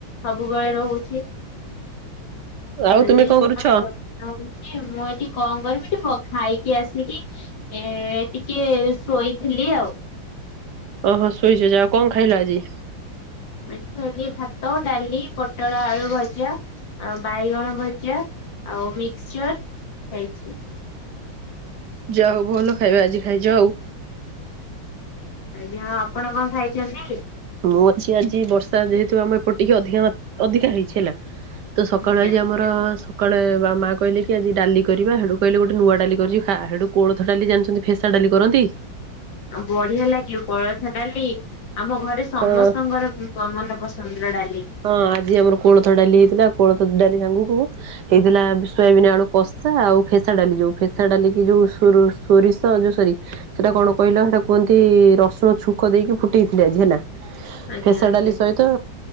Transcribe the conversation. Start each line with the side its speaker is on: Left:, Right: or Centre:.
Left: ସବୁବେଳେ ରହୁଛି।
Right: ଆଉ
Left: <unintelligible>
Right: ତୁମେ
Left: ଆଉ
Right: କଣ କରୁଛ?
Left: ମୁଁ ଏଠିକି କଣ କରିବି ଟିକେ ଖାଇକି ଆସିକି ଏ ଟିକେ କିିଏ ଶୋଇଥିଲି ଆଉ।
Right: ଓହୋ ଶୋଇଛ ଆଉ କଣ ଖାଇଲା ଆଜି?
Left: ଆଜି ଖାଇଲି ଭାତ ଡାଲି ପୋଟଳ ଆଳୁ ଭଜା। ଆ ବାଇଗଣ ଭଜା ଆଉ ମିକ୍ସଚର ହେଇଛି।
Right: ଯା ହଉ ଭଲ ଖାଇବା ଆଜି ଖାଇଛି ଆଉ।
Left: ଆଜ୍ଞା ଆପଣ କଣ ଖାଇଛନ୍ତି?
Right: ମୁଁ ଅଛି ଆଜି ବର୍ଷା ଯେହେତୁ ଆମ ଏପଟ ଟିକେ ଅଧିକା ଅଧିକା ହେଇଛି ହେଲା। ତ ସକାଳୁ
Left: ଆଜ୍ଞା।
Right: ଆଜି ଆମର କାଳେ ମା କହିଲେ କି ଆଜି ଡାଲି କରିବା ସେଡୁ ମୁ କହିଲି ଗୋଟେ ନୂଆ ଡାଲି କରିଛି ଖା ହେଡୁ କୋଳଥ ଡାଲି ଜାଣିଛନ୍ତି ସେ ଡାଲି କରନ୍ତି।
Left: ବଢିଆ ଲାଗିବ କୋଳଥ ଡାଲି ଆମ ଘରେ ସମସ୍ତଙ୍କର
Right: ହଁ
Left: ମନ ପସନ୍ଦର ଡାଲି।
Right: ହଁ ଆଜି ଆମର କୋଳଥ ଡାଲି ହେଇଥିଲା କୋଳଥ ଡାଲି ସାଙ୍ଗକୁ ହେଇଥିଲା ସୋୟାବିନ ଆଲୁ କଷା ଆଉ ଫେସା ଡାଲି ଯୋଉ ଫେସା ଡାଲି ଯୋଉ ସୋରିଷ ଯୋ ସରି ସେଟା କଣ କହିଲ ସେଇଟା କୁହନ୍ତି ରସୁଣ ଛୁଙ୍କ ଦେଇକି ଫୁଟେଇଥିଲେ ଆଜି ହେଲା।
Left: ଆଜ୍ଞା
Right: ଫେସା
Left: ଆଜ୍ଞା
Right: ଡାଲି ସହିତ